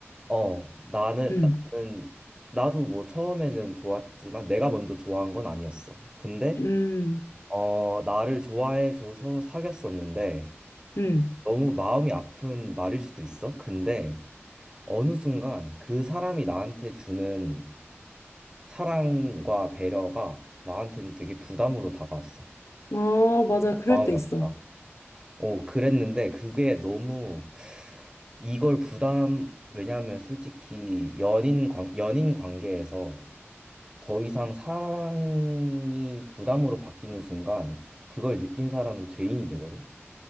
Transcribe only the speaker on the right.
어, 나는,
나는, 나도 뭐 처음에는 좋았지만 내가 먼저 좋아한 건 아니었어. 근데,
어, 나를 좋아해줘서 사귀었었는데,
너무 마음이 아픈 말일 수도 있어. 근데 어느 순간 그 사람이 나한테 주는 사랑과 배려가 나한테는 되게 부담으로 다가왔어.
너무
마음이
아프다. 어, 그랬는데 그게 너무 이걸 부담, 왜냐하면 솔직히 연인 관, 연인 관계에서 더 이상 사랑이 부담으로 바뀌는 순간 그걸 느낀 사람은 죄인이 되거든.